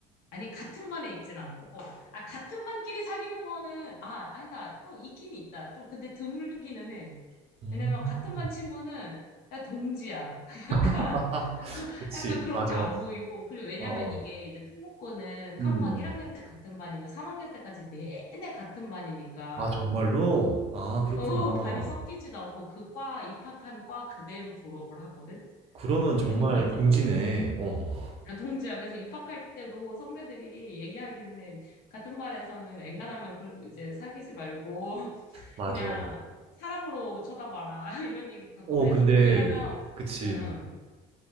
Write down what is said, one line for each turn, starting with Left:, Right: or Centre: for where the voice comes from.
Left: 아니, 같은 반에 있진 않고, 아, 같은 반끼리 사귀는 거는, 아, 아니다. 또 있긴 있다. 좀 근데 드물기는 해.
Right: 음.
Left: 왜냐면 같은 반 친구는, 야, 동지야. <laughs> 약간,
Right: <laughs> 그치,
Left: 약간 그렇게
Right: 맞아.
Left: 안
Right: 어,
Left: 보이고, 그리고 왜냐면
Right: 어.
Left: 이게 이제 특목고는 한
Right: 음, 음.
Left: 번 1학년 때 같은 반이면 3학년 때까지 내내 같은 반이니까,
Right: 아, 정말로? 아, 그렇구나.
Left: 어, 반이 섞이지도 않고 그 과, 입학한 과 그대로 졸업을 하거든?
Right: 그러면
Left: 그러니까
Right: 정말
Left: 이제,
Right: 동지네. 어,
Left: 동지야. 그래서 입학할 때도 선배들이 얘기하기는 해. 같은 반에서는 엔간하면 그 이제 사귀지 말고 <laughs>
Right: 맞아.
Left: 그냥 사람으로 쳐다봐라. <laughs> 이런 얘기 가끔
Right: 어,
Left: 해주고.
Right: 근데,
Left: 왜냐면,
Right: 그치.
Left: 응, 응.